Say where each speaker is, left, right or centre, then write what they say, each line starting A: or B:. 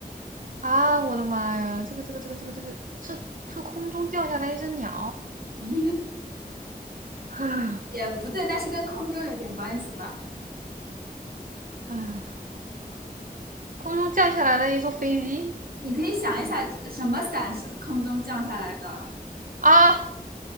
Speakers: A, on the right; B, on the right.
A: 啊，我的妈呀，这个这个这个这个这个是是空中掉下来一只鸟
B: <laughs> 嗯，
A: 啊，
B: 也不对，但是跟空中有点关系吧。
A: <sighs> 啊空中降下来了一座飞机
B: 你可以想一下，什么伞是空中降下来的？
A: 啊，